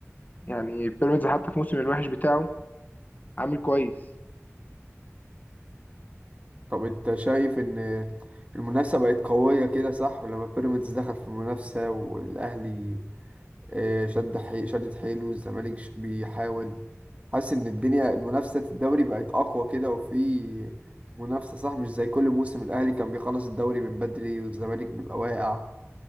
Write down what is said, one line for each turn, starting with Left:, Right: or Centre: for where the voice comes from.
Left: يعني بيراميدز حتى في موسم الوحش بتاعه عامل كويس
Right: طب انت شايف ان المنافسة بقت قوية كده صح لما بيراميدز دخل في المنافسة والاهلي آه، شد حي... شدت حيله والزمالك ش- بيحاول حاسس ان الدنيا المنافسة الدوري بقت اقوى كده وفي منافسة صح مش زي كل موسم الاهلي كان بيخلص الدوري من بدري والزمالك بيبقى واقع